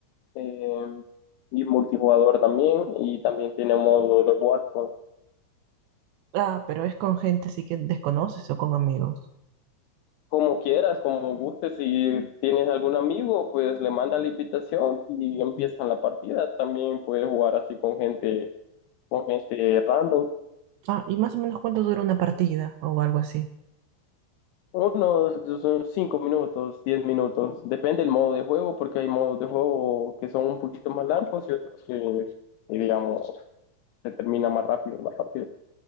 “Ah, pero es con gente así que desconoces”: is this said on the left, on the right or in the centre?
Right